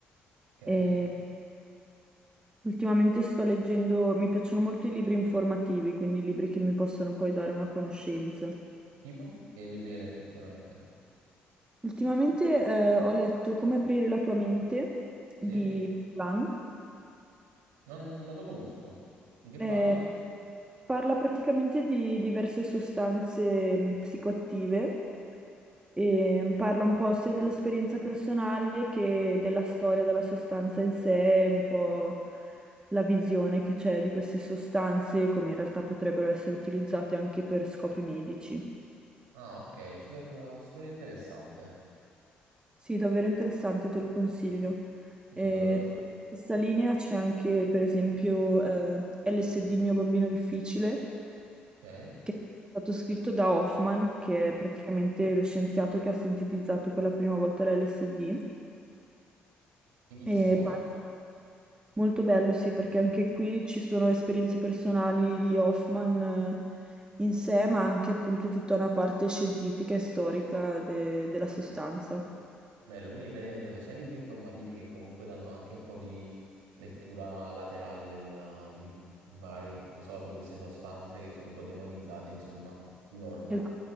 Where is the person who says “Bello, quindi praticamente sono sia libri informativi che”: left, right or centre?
Right